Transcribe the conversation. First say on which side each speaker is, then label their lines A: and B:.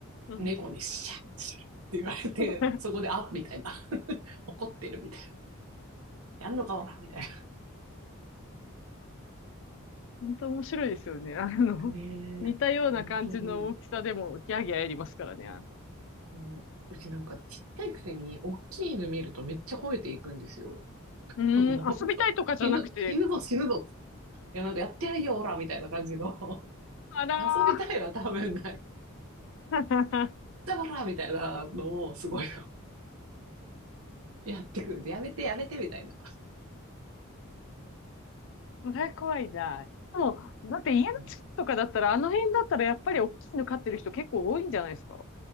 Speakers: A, on the left (about 65°); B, on the right (about 85°).
A: うん。
B: 猫にシャッシャッって言われて、
A: <laughs>
B: そこであっみたいな。<laughs> 怒ってるみたいな。やんのかおらみたい
A: 本当面白いですよね。あの、
B: な。ねえ、
A: 似たような感じの大きさでもギャーギャーやりますからね。
B: 本当に。もう、うちなんかちっちゃいくせに、大きい犬見るとめっちゃ吠えていくんですよ。<laughs>
A: うーん、
B: もう本当、
A: 遊びたいとかじゃなくて、
B: 死ぬ、死ぬぞ死ぬぞ。いや、なんかやってやるよ、オラみたいな感じの。
A: あらー。
B: <laughs> 遊びたいは多分ない。
A: <laughs>
B: <laughs> じゃあオラみたいなのをすごい
A: ん
B: <laughs> やってくる。やめてやめてみたいな。
A: それは怖いな。でも、だって家の近くとかだったら、
B: うん
A: あの辺だったらやっぱり大きいの飼ってる人結構多いんじゃないですか